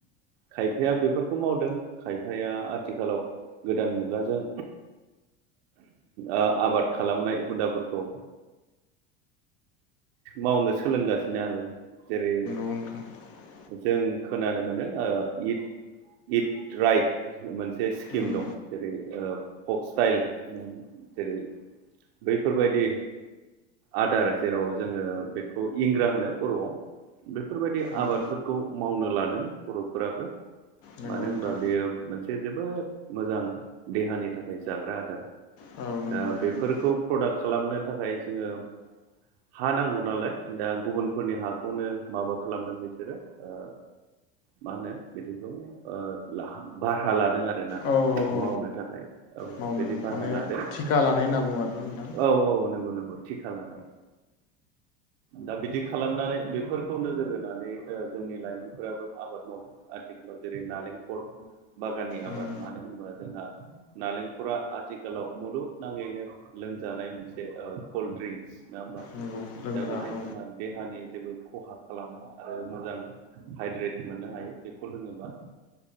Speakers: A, on the right; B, on the left.
A: खायफाया बेफोरखौ मावदों खायफाया आथिखालाव गोदान मुगाजों आबाद खालामनाय हुदाफोरखौ मावनो सोलोंगासिनो आरो जेरै
B: <inaudible>
A: जों खोनानो मोनो ओ इट इट राइट मोनसे स्किम
B: उम
A: दं। जेरै ओ फक स्टाइल होन जेरै बैफोरबायदि आदार जेराव जोङो बेखौ इंग्रा होनो बर'आव बेफोरबायदि
B: उम
A: आबादफोरखौ मावनो लादों। बर'फोराबो।
B: नंगौ
A: मानो
B: नोंथां
A: होनबा बेयो मोनसे जोबोद मोजां देहानि थाखाय जाग्रा आदार ओ
B: औ नंगौ
A: बेफोरखौ
B: नंगौ
A: प्रडाक्ट खालामनो थाखाय जोङो हा नांगौ नालाय दा गुबुनफोरनि हाखौनो माबा खालामदों बिसोरो ओ मा होनो बिदिखौ ओ ला बारहा लादों आरोना
B: औ औ
A: मावनो थाखाय औ
B: मावनो
A: बिदि भारा
B: माने
A: लादों
B: थिखा लानाय
A: ओमफ्राय
B: होनना बुङो आरोना नोंथां
A: औ औ नंगौ नंगौ थिखा लानाय दा बिदि खालामनानै बेफोरखौ नोजोर होनानै जोंनि लाइमोनफोराबो आबाद मावो आथिखालाव जेरै नालेंखल बागाननि
B: उम
A: आबाद मानो होनोबा जोंहा नालेंखरा आथिखालाव मुलुगनाङैनो लोंजानाय मोनसे ओ कल्ड ड्रिंक्स। नङा होनबा?
B: नंगौ लोंग्रा
A: दा बेहाय
B: औ
A: जोंहा देहानि जेबो खहा खालामा आरो मोजां हाइद्रेट मोननो हायो बेखौ लोङोबा।